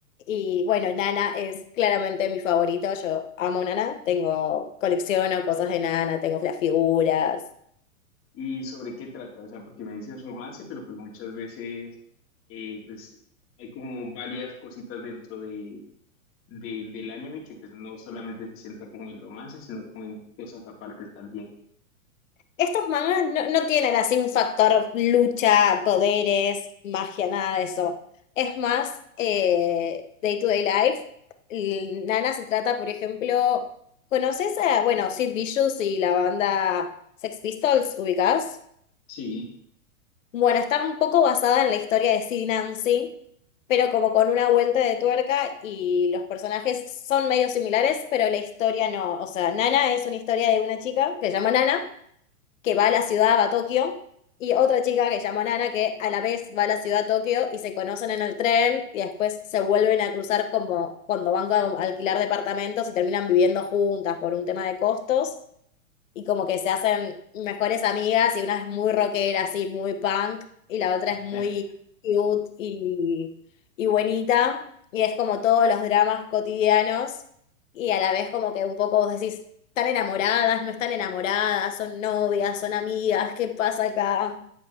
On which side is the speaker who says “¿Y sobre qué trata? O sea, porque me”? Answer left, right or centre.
Left